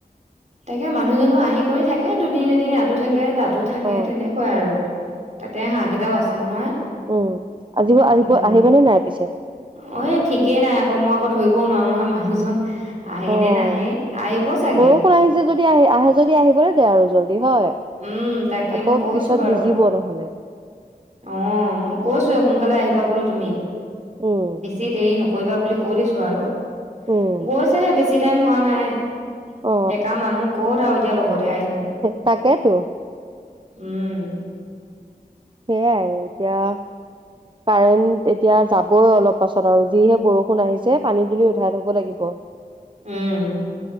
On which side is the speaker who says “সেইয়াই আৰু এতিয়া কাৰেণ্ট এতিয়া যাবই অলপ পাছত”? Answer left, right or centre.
Right